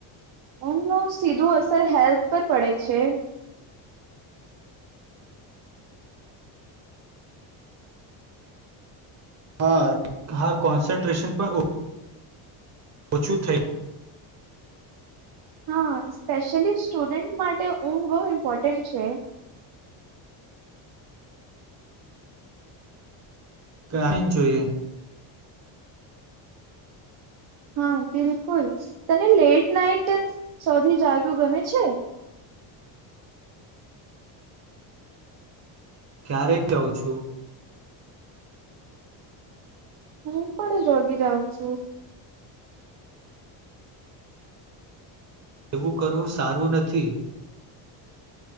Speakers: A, on the right; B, on the right.
A: ઊમ નો સીધો અસર હેલ્થ પર પડે છે.
B: હા હા કોન્સન્ટ્રેશન પણ ઓ ઓછું થઈ.
A: હા સ્પેશિયલી સ્ટુડન્ટ માટે ઊંઘ બહુ ઇમ્પોર્ટન્ટ છે.
B: કા ઈ જોઈએ.
A: હા બિલકુલ. તને લેટ નાઈટ સોધી જાગ્યું ગમે છે.
B: ક્યારે કવું છુ.
A: હું પણ જોગી જાઉ છુ.
B: એવુ કરવુ સારુ નથી.